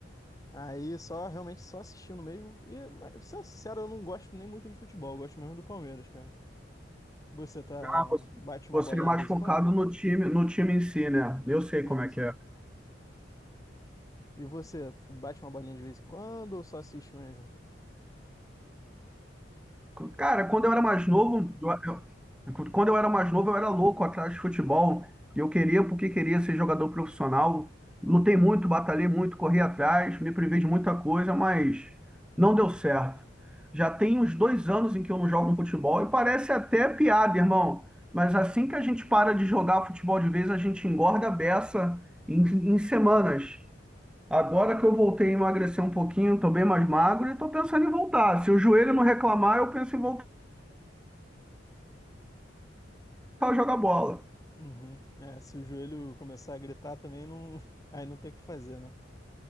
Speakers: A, on the left (about 20°); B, in the centre.
A: Aí só realmente só assistindo mesmo. E, mas, sendo sincero, eu não gosto nem muito de futebol, eu gosto mesmo do Palmeiras, cara. Você tá
B: Ah, você
A: bate uma
B: você
A: bolinha
B: é mais
A: de vez
B: focado
A: em quando?
B: no time, no time em si, né? Eu sei
A: Sim,
B: como é
A: sim.
B: que é.
A: E você, tu bate uma bolinha de vez em quando ou só assiste mesmo?
B: Cara, quando eu era mais novo, eu- eu- quando eu era mais novo, eu era louco atrás de futebol. Eu queria, porque queria ser jogador profissional. Lutei muito, batalhei muito, corri atrás, me privei de muita coisa, mas não deu certo. Já tem uns dois anos em que eu não jogo um futebol e parece até piada, irmão. Mas assim que a gente para de jogar futebol de vez, a gente engorda a beça em,
A: <laughs>
B: em semanas. Agora que eu voltei a emagrecer um pouquinho, tô bem mais magro e tô pensando em voltar. Se o joelho não reclamar, eu penso em voltar a jogar bola.
A: Uhum. É, se o joelho começar a gritar também não, aí não tem o que fazer, né?